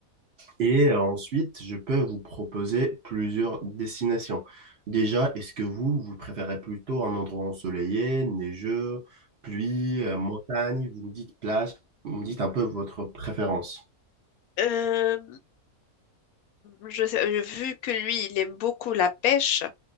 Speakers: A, on the right (about 50°); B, on the left (about 75°).
A: et euh, ensuite je peux vous proposer plusieurs destinations. Déjà, est-ce que vous, vous préférez plutôt un endroit ensoleillé, neigeux, pluie, euh, montagne? Vous me dites plage, vous me dites un peu votre préférence.
B: Euh, je sais- euh, vu que lui, il aime beaucoup la pêche,